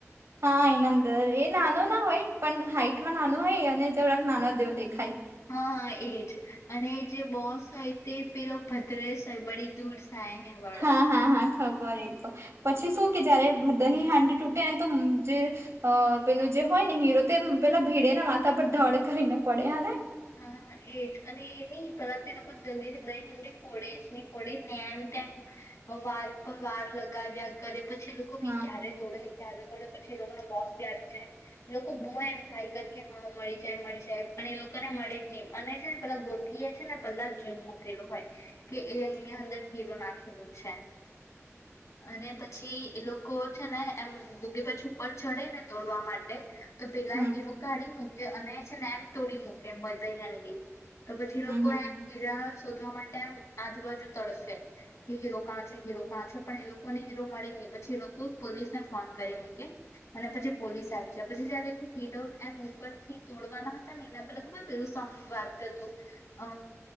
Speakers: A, on the right; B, on the left.
A: હા, એન અંદર એ નાનો ના હોય, પણ હાઈટમાં નાનો હોય અને જરાક નાના જેવો દેખાય.
B: હા, હા એ જ અને જે બોસ હોય તે પેલો ભદ્રસ હોય, બડી દૂર થાય હે વા
A: હા, હા, હા ખબર એ તો,
B: હા
A: પછી શું કે જયારે દહીહાંડી તૂટે ને તો જે અ પેલું જે હોય ને હીરો તે પેલા ભીડેના માથા પર ધડ કરીને પડે હ ને.
B: હન, એ જ અને એ ની પેલા તો એ લોકો જલ્દીથી દહીહાંડી ફોડે જ ની ફોડે જ ને એમ તેમ વાર પર વાર લગાવ્યા કરે પછી એ લોકો ભી
A: હા
B: ક્યારે તોડે ક્યારે તોડે પછી, એ લોકોના બોસ ભી આવી જાય. લોકો બોય એમ ટ્રાય કર કે હન મળી જાય, મળી જાય, પણ એ લો તો એને મળી જ ની અને છે ને, પેલા ગોગી એ છે, ને પહેલા જોઈ મૂકેલું હોય કે એ એની અંદર હીરો નાખી દે છે. અને પછી એ લોકો છે, ને એમ ગોગી પછી ઉપર ચઢે ને તોડવા માટે તો પેલા
A: હમ
B: હીરો કાઢી મૂકે અને છે, ને એમ તોડી મૂકે મધ દઈહાંડી તો પછી, એ લોકો
A: હમ હમ
B: એમ બીજા શોધવા માટે એમ આજુબાજુ તડફે. કે હીરો કાં છે, હીરો કાં છે, પણ એ લોકોને હીરો મળી ગઈ. પછી એ લોકો પોલીસને ફોન કરી એમ કે અને પછી પોલીસ આવી છે. પછી જયારે એમ ઉપરથી તોડવાના હતા ને એના પેલા ખબર પેલું સોન્ગ વાગતું તું અ